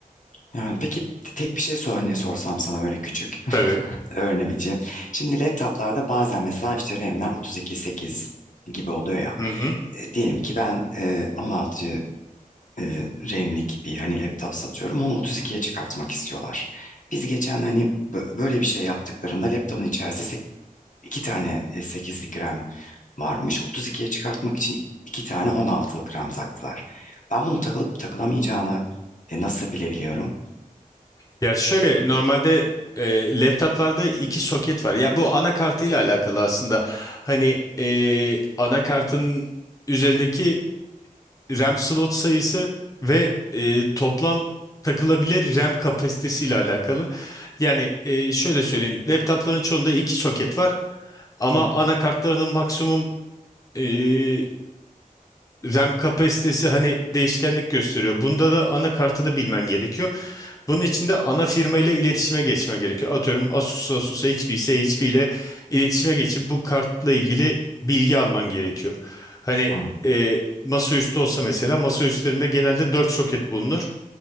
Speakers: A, on the left; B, on the left.
A: Yani peki tek bir şey sor, örneği sorsam sana böyle küçük
B: Tabii.
A: <laughs> öğrenebileceğim. Şimdi laptoplarda bazen mesela işte RAM'ler 32.8 gibi oluyor ya.
B: Hı hı.
A: E, diyelim ki ben e, 16 e, RAM'lik bir hani laptop satıyorum. Onu 32'ye çıkartmak istiyorlar. Biz geçen hani bö- böyle bir şey yaptıklarında laptopun içerisinde sek- iki tane e, 8'lik RAM varmış. 32'ye çıkartmak için iki tane 16'lık rem taktılar. Ben bunun takılıp takılamayacağını e, nasıl bilebiliyorum?
B: Ya şöyle normalde e, laptoplarda iki soket var. Yani bu anakartıyla alakalı aslında. Hani e, anakartın üzerindeki RAM slot sayısı ve e, toplam takılabilir RAM kapasitesiyle alakalı. Yani e, şöyle söyleyeyim. Laptopların çoğunda iki soket var. Ama
A: Hı,
B: anakartlarının maksimum e, RAM kapasitesi hani değişkenlik gösteriyor. Bunda da anakartını bilmen gerekiyor. Bunun için de ana firma ile iletişime geçmen gerekiyor. Atıyorum Asus, Asus'a HP ise HP ile iletişime geçip bu kartla ilgili bilgi alman gerekiyor. Hani
A: hı,
B: e, masaüstü olsa mesela masaüstlerinde genelde 4 soket bulunur